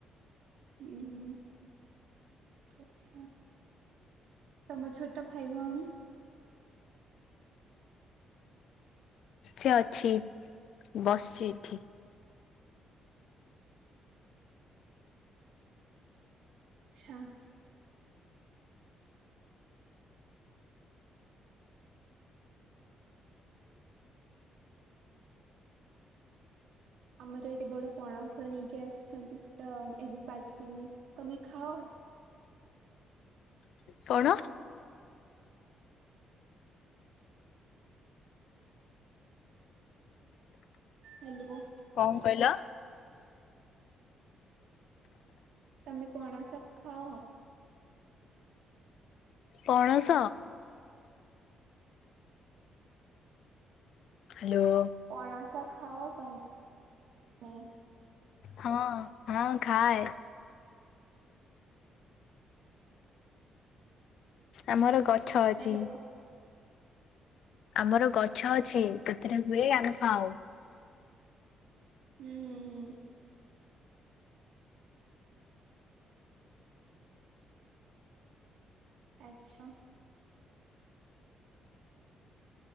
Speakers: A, on the right (about 70°); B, on the left (about 70°).
A: ହୁଁ ଆଚ୍ଛା ତମ ଛୋଟ ଭାଇ ଭଉଣୀ?
B: ସେ ଅଛି ବସିଛି ଏଠି
A: ଆଛା। ଆମର ଏତେ ବଡ ପଣସ ନେଇକି ଆସିଛନ୍ତି ସେଟା ଏବେ ପାଚିନି। ତମେ ଖାଅ?
B: କଣ?
A: ହେଲିବୁ
B: କଣ କହିଲ?
A: ତମେ ପଣାସ ଖାଅ?
B: ପଣସ ହ୍ୟାଲୋ।
A: ପଣାସ ଖାଅ ତମେ?
B: ହଁ ହଁ ଖାଏ। ଆମର ଗଛ ଅଛି।
A: ହ୍ୟାଲୋ
B: ଆମର ଗଛ ଅଛି ସେଥିରେ ହୁଏ ଆମେ ଖାଉ।
A: ହୁଁ ହୁଁ ହୁଁ। ଆଚ୍ଛା